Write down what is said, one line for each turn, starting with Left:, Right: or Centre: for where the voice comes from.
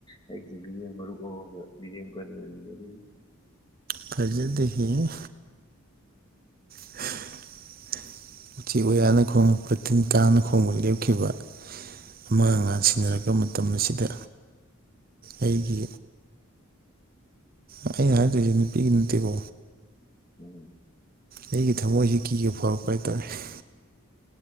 Left: ꯑꯩꯒꯤ ꯃꯤꯔꯦꯝ ꯃꯔꯨꯞ ꯑꯃꯒ ꯃꯤꯔꯡꯒꯟꯅ ꯂꯩꯃꯤꯟꯅꯔꯤ꯫
Right: ꯐꯖꯗꯦ ꯍꯦ꯫ <inaudible> ꯎꯆꯦꯛ-ꯋꯌꯥꯅ ꯈꯣꯡꯉꯛꯄ ꯇꯤꯟ-ꯀꯥꯡꯥꯅ ꯈꯣꯡꯕ ꯂꯦꯞꯈꯤꯕ ꯑꯃꯥꯡ-ꯑꯉꯥꯡ ꯁꯤꯟꯅꯔꯛꯄ ꯃꯇꯝ ꯑꯁꯤꯗ ꯑꯩꯒꯤ ꯑꯩꯅ ꯍꯥꯏꯗꯨꯏꯁꯦ ꯅꯨꯄꯤꯒꯤ ꯅꯠꯇꯦꯀꯣ
Left: ꯎꯝ꯫
Right: ꯑꯩꯒꯤ ꯊꯝꯃꯣꯏꯁꯦ ꯀꯤꯕ ꯐꯥꯎꯔꯛꯄ ꯍꯥꯏꯇꯥꯔꯦ꯫